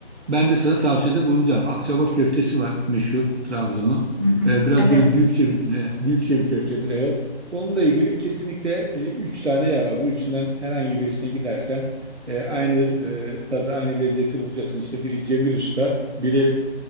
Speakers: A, on the right (about 80°); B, on the right (about 20°).
A: ben de sana tavsiyede bulunacağım. Akçaabat köftesi var meşhur Trabzon'un.
B: Hı hı.
A: E, biraz
B: Evet.
A: böyle büyükçe bir, e, büyükçe bir köftedir evet. Onunla ilgili kesinlikle e, üç tane yer var. Bu üçünden herhangi birisine gidersen e, aynı e, tadı, aynı lezzeti bulacaksın. İşte biri Cemil Usta, biri